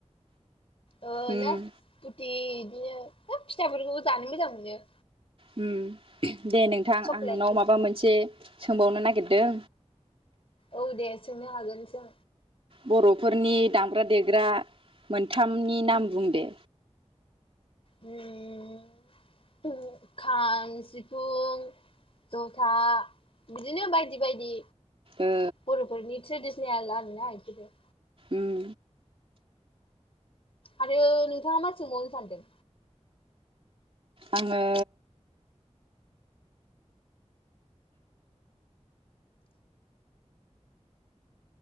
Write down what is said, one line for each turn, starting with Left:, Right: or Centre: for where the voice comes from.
Left: ओ
Right: उम
Left: नासफुथि इदिनो फिथाइफोरखौबो जानो मोजां मोनो।
Right: उम दे नोंथां
Left: चक्लेटफोरखौ
Right: आं नोंनाव माबा मोनसे सोंबावनो नागिरदों
Left: औ दे सोंनो हागोन‌ सों
Right: बर'फोरनि दामग्रा देग्रा मोनथामनि नाम बुंदे
Left: उम खाम सिफुं जथा बिदिनो बायदि बायदि
Right: ओ
Left: बरफोरनि ट्रेडसनोल आरो ना बेफीरो
Right: उम
Left: आरो नोंथाङा मा सोंबावनो सानदों
Right: आङो